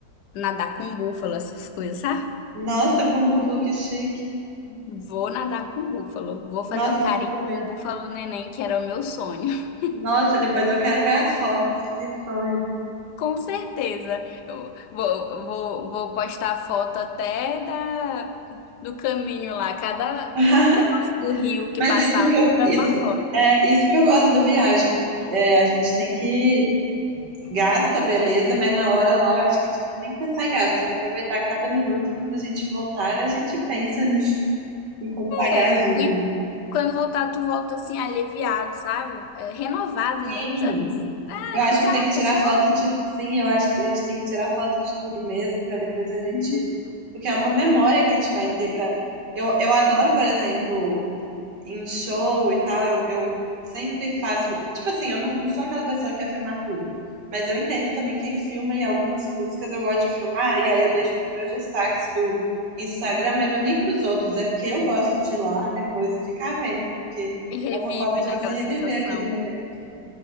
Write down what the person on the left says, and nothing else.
nadar com um búfalo, essas coisas, sabe?
Vou nadar com um búfalo. Vou fazer
um carinho
em um búfalo neném, que era o meu sonho. <laughs>
Com certeza. Eu vou, vou, vou postar foto até da, do caminho lá. Cada
pedaço do rio que
passar,
eu tô
tirando
uma foto.
Ei,
E quando voltar, tu volta assim, aliviado, sabe? É, renovado
mesmo. sabe? Ah,
você sabe,
pessoal.
Uhum.
É.
E revive
naquela
sensação.